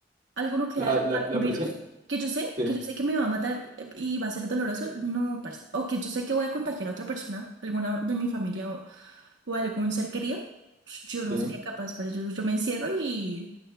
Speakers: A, on the right; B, on the right.
A: alguno quedaron,
B: La, la,
A: algún
B: la
A: virus,
B: presión.
A: que yo sé,
B: Sí,
A: que yo sé que me va a matar eh, y va a ser doloroso, no, parce. O que yo sé que voy a contagiar a otra persona, alguna de mi familia o, o algún ser querido, pues, yo no
B: sí.
A: sería capaz, parce. Yo, yo me encierro y